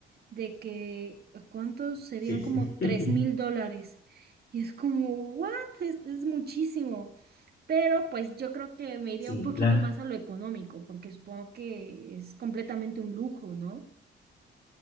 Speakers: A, on the right; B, on the left.
A: de que, ¿cuántos serían
B: Sí, sí.
A: como tres
B: <laughs>
A: mil dólares? Y es como, ¿what? Es, es muchísimo, pero pues yo creo que me iría
B: Sí,
A: un poquito
B: claro,
A: más a lo económico, porque supongo que es completamente un lujo, ¿no?